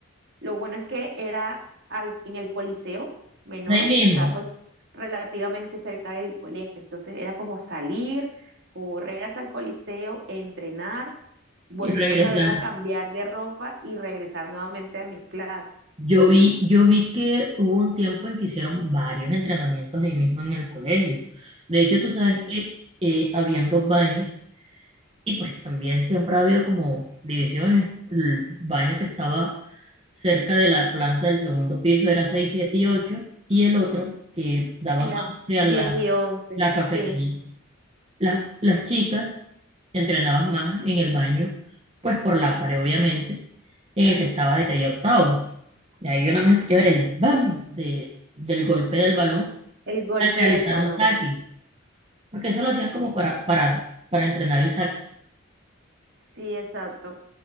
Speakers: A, on the right; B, on the right.
A: Lo bueno es que era al- en el Coliseo Menor,
B: Ahí mismo
A: que está pues relativamente cerca del colegio. Entonces era como salir, correr hasta el Coliseo, entrenar, volverme
B: y regresar.
A: otra vez a cambiar de ropa y regresar nuevamente a mis clases.
B: Yo vi, yo vi que hubo un tiempo en que hicieron varios entrenamientos ahí mismo en el colegio. De hecho, tú sabes
A: Sí,
B: que eh, habían dos baños y pues también siempre ha habido como divisiones. El baño que estaba cerca de la planta del segundo piso era 6 7 y ocho y el otro que daba
A: era
B: más hacia
A: 10
B: la,
A: y once
B: la cafetería
A: sí,
B: las, las chicas entrenabas más en el baño, pues por la pared, obviamente, en el que estaba de 6 a octavo. Y ahí yo nada más escuchaba el bam de, del golpe del balón
A: el golpe
B: al realizar
A: del balón.
B: un saque, porque eso lo hacían como para, para, para entrenar el saque.
A: Sí, exacto.